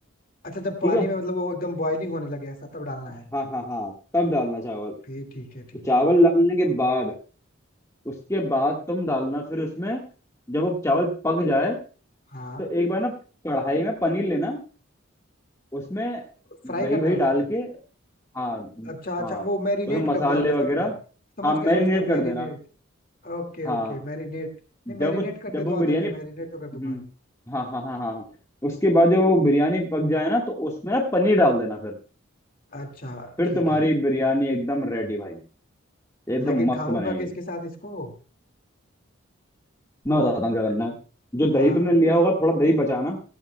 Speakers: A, on the left (about 45°); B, on the left (about 15°).
A: अच्छा जब पानी
B: ठीक है
A: में मतलब वो एकदम बॉइलिंग होने लगे ऐसा तब डालना
B: हाँ
A: है
B: हाँ हाँ तब डालना चावल
A: फिर ठीक
B: तो
A: है ठीक
B: चावल
A: है
B: डालने के बाद उसके बाद तुम डालना फिर उसमें जब वो चावल पक जाए
A: हाँ
B: तो एक बार ना कढ़ाई में पनीर लेना उसमें
A: फ्राई
B: दही
A: करना
B: वही
A: है उसको
B: डाल के हाँ
A: अच्छा अच्छा
B: हाँ
A: वो मैरिनेट
B: उसमें मसाले
A: करना है बेसिकली
B: वगैरह
A: समझ
B: हाँ मैरिनेट
A: गया समझ गया
B: कर
A: मैरिनेट
B: देना
A: Okay
B: हाँ
A: okay marinate नहीं
B: जब
A: मैरिनेट
B: वो
A: करने
B: जब
A: तो
B: वो
A: आता
B: बिरयानी
A: है मैरिनेट तो
B: हम्म
A: कर दूंगा
B: हाँ हाँ हाँ हाँ उसके बाद जब वो बिरयानी पक जाए ना तो उसमें ना पनीर डाल देना फिर
A: अच्छा
B: फिर
A: ठीक
B: तुम्हारी
A: है
B: बिरयानी एकदम रेडी भाई एकदम
A: लेकिन
B: मस्त
A: खाऊंगा
B: बनेगी
A: किसके साथ इसको
B: मैं बताता हूँ क्या करना है जो
A: हाँ
B: दही तुमने लिया होगा थोड़ा दही बचाना